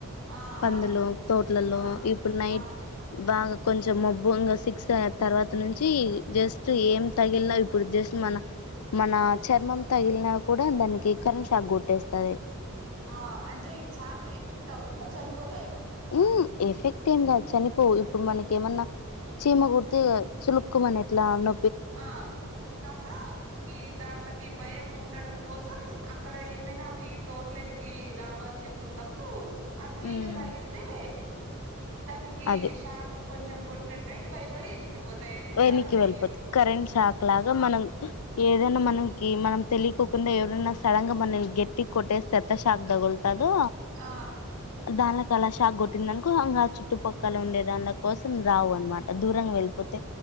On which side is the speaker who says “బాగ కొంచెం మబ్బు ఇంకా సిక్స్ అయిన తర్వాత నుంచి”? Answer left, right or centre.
Left